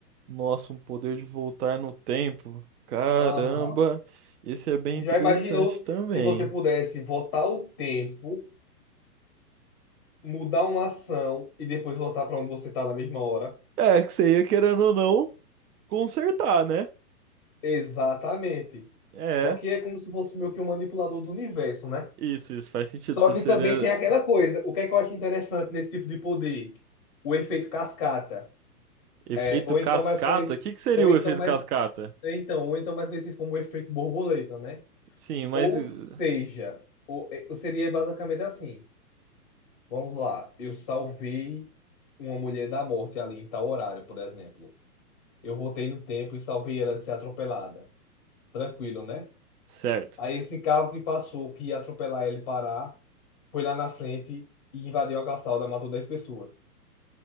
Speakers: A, on the right; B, on the left.
A: Nossa, um poder de voltar no tempo. Caramba,
B: Aham.
A: esse é bem
B: Já
A: interessante
B: imaginou
A: também.
B: se você pudesse voltar o tempo, mudar uma ação e depois voltar para onde você tá na mesma hora?
A: É, que você ia querendo ou não consertar, né?
B: Exatamente.
A: É,
B: Só que é como se fosse meio que um manipulador do universo, né?
A: isso, isso faz sentido.
B: Só
A: Você
B: que
A: seria
B: também tem aquela coisa. O que é que eu acho interessante nesse tipo de poder? O efeito cascata.
A: efeito
B: É, ou
A: cascata?
B: então mais conhecido,
A: O que que seria
B: ou
A: o
B: então
A: efeito
B: mais
A: cascata?
B: Então, ou então mais conhecido como efeito borboleta, né?
A: Sim, mas
B: Ou
A: uh,
B: seja, o- é- seria basicamente assim. Vamos lá, eu salvei uma mulher da morte ali em tal horário, por exemplo. Eu voltei no tempo e salvei ela de ser atropelada. Tranquilo, né?
A: certo.
B: Aí esse carro que passou, que ia atropelar ele parar, foi lá na frente e invadiu a calçada, matou 10 pessoas.